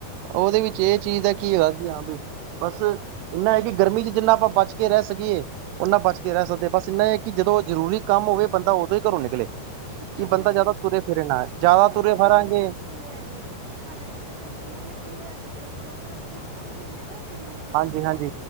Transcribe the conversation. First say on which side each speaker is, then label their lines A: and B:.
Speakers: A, on the right; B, on the right.
A: ਓਦੇ ਵਿੱਚ ਏ ਚੀਜ਼ ਦਾ ਕੀ ਹੈਗਾ ਕੀ ਹਾਂ ਵੀ। ਬਸ, ਇੰਨਾ ਐ ਕੀ ਗਰਮੀ 'ਚ ਜਿੰਨਾ ਆਪਾਂ ਬਚ ਕੇ ਰਹਿ ਸਕੀਏ। ਓਨਾਂ ਬਚ ਕੇ ਰੈ ਸਕਦੇ। ਬਸ ਇੰਨਾ ਏ ਕੀ ਜਦੋਂ ਜ਼ਰੂਰੀ ਕੰਮ ਹੋਵੇ, ਬੰਦਾ ਓਦੋਂ ਈ ਘਰੋਂ ਨਿਕਲੇ।
B: ਬਿਲਕੁਲ
A: ਕਿ
B: ਬਿਲਕੁਲ।
A: ਬੰਦਾ ਜ਼ਿਆਦਾ ਤੁਰੇ ਫਿਰੇ ਨਾ ਜ਼ਿਆਦਾ
B: ਹ‌ਏ ਤੇ ਸਾਡੇ
A: ਤੁਰੇ
B: ਸਕੂਲ
A: ਫਿਰਾਂਗੇ
B: ਨੇ ਵੀ ਨੀ- ਖੁੱਲੇ ਹੈਗੇ। ਸਾਡੇ ਬੱਚਿਆਂ ਦੇ ਸਕੂਲ ਨੀ ਖੁੱਲੇ ਹੈਗੇ। ਦੇਖੋ ਲੋਕਾਂ ਦੇ ਸਕੂਲ ਖੁੱਲ ਵੀ ਗਏ ਐ ਨਾ। ਇੱਕ ਜੂਨ, ਜੁਲਾਈ
A: ਹਾਂਜੀ
B: ਤੋਂ।
A: ਹਾਂਜੀ